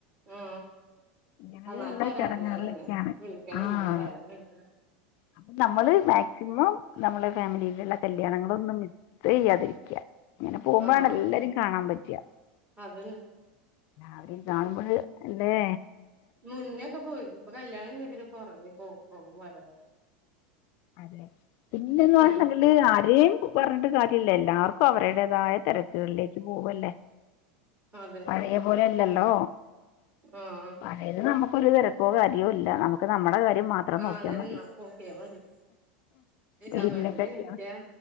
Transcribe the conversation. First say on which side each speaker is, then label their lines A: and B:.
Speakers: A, on the right (about 30°); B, on the left (about 55°).
A: ആ
B: ഇങ്ങനെയുള്ള
A: എന്നാല് പരാതികൾ
B: ചടങ്ങുകളിലൊക്കെയാണ്
A: തന്നെ വിളിക്കണല്ല
B: ആ
A: വരുന്നില്ല
B: അപ്പൊ നമ്മള് മാക്സിമം നമ്മളെ ഫാമിലിയിലുള്ള കല്യാണങ്ങള ഒന്നും ഇ ചെയ്യാതിരിക്കുക ഇങ്ങനെ പോകുമ്പോഴാണ്
A: ആഹ്
B: എല്ലരി കാണാൻ പറ്റവ
A: അതന്നെ
B: അവര് കാണുമ്പോൾ എല്ലേ
A: മുന്നൊക്കെ പോയിരുന്നു ഇപ്പൊ കല്യാണ പിെ കുറഞ്ഞ പോ പോകും വ
B: അതെ പിന്നെന്ന് പറ
A: ഉം
B: ആരെയും പറഞ്ഞിട്ട കാര്യമല്ല എല്ലാർക്കും അവരുടേതായ തിരക്കുകളിലേക്ക് പോവല്ലേ
A: അതെ
B: പഴയ പോലെ അല്ലല്ലോ
A: ആഹ് ആഹ്
B: അതായത് നമുക്കൊരു തെരക്കോ കാര്യോ ഇല്ലാ നമുക്ക് നമ്മുടെ കാര്യം മാത്രം
A: ആഹ്
B: നോക്കിയാ
A: അതന്നെ
B: മതി
A: നോക്കിയാ മതി ഈ
B: പിന്നെ
A: സമത്തിന്
B: കല്യാണം
A: എണീക്കാ